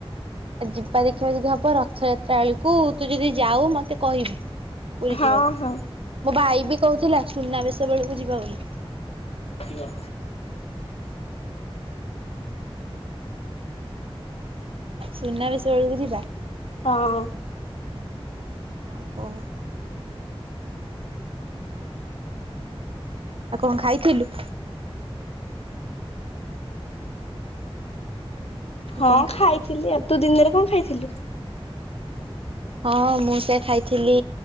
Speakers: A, on the right; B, on the left.
A: ଆଉ ଯିବା ଦେଖିବା ଯଦି ହବ ରଥଯାତ୍ରା ବେଳକୁ ତୁ ଯଦି ଯାଉ ମତେ କହିବୁ। ପୁରୀ
B: ହଁ
A: ଯିବାକୁ
B: ହଁ।
A: ମୋ ଭାଇ ବି କହୁଥିଲା ସୁନାବେଶ ବେଳକୁ ଯିବା ବୋଲି।
B: କି କ
A: ସୁନା ବେଶବେଳକୁ ଯିବା।
B: ହଁ।
A: ହଉ ହଉ। ଆଉ କଣ ଖାଇଥିଲୁ? ଆଉ
B: ହଁ
A: କଣ ଖା
B: ଖାଇଥିଲି ଆଉ ତୁ ଦିନରେ କଣ ଖାଇଥିଲୁ?
A: ହଁ ମୁଁ ସେଆ ଖାଇଥିଲି